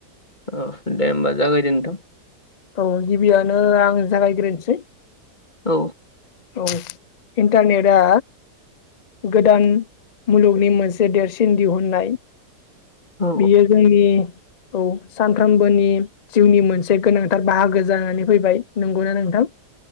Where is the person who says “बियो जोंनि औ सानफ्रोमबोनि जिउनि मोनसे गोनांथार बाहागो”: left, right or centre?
Left